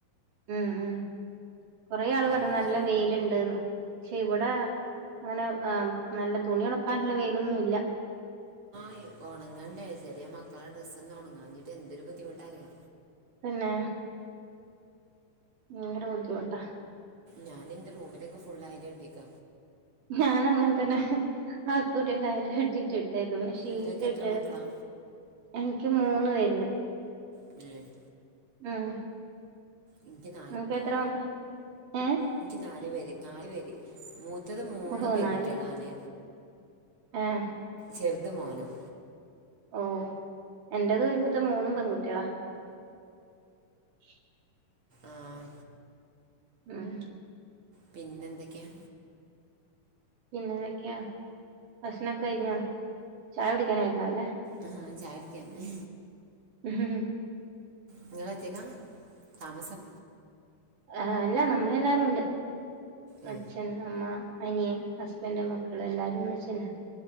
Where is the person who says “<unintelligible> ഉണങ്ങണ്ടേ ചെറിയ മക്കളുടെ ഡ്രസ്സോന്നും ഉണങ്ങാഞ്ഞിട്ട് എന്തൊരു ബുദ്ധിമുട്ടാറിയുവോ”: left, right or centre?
Right